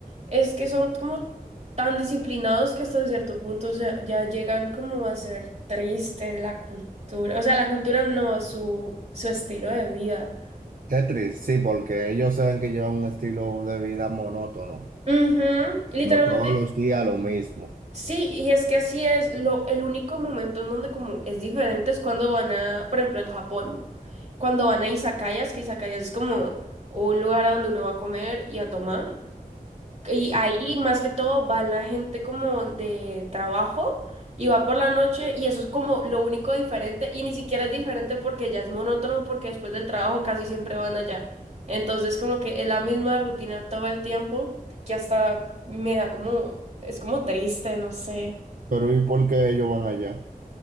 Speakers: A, on the right; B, on the right.
A: es que son como tan disciplinados que hasta cierto punto se- ya llegan como a ser tristes la cultura. O sea, la cultura no, su, su estilo de vida.
B: Es triste, sí, porque ellos saben que llevan un estilo de vida monótono,
A: Ujú, Literalmente
B: como todos los días lo mismo.
A: Sí, y es que así es, lo, el único momento en donde como es diferente es cuando van a, por ejemplo, en Japón, cuando van a izakayas, que izakayas es como un lugar a donde uno va a comer y a tomar. Y
B: Sí.
A: ahí más que todo va la gente como de trabajo y va por la noche y eso es como lo único diferente y ni siquiera es diferente porque ya es monótono porque después del trabajo casi siempre van allá. Entonces como que es la misma rutina todo el tiempo que hasta me da como, es como triste, no sé.
B: Pero ¿y por qué ellos van allá?